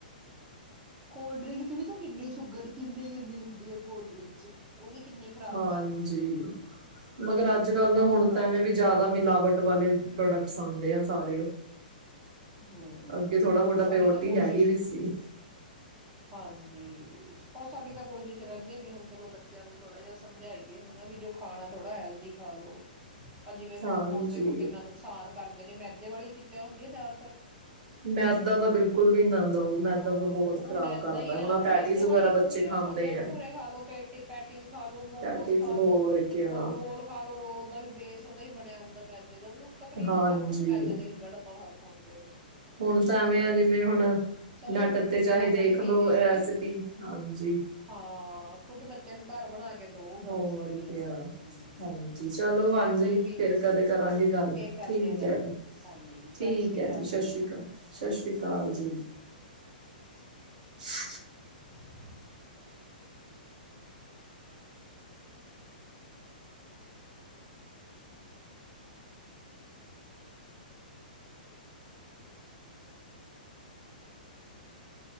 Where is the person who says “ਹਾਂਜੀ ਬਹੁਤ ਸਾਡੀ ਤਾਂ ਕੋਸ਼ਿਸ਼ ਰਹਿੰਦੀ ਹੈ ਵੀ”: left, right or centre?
Right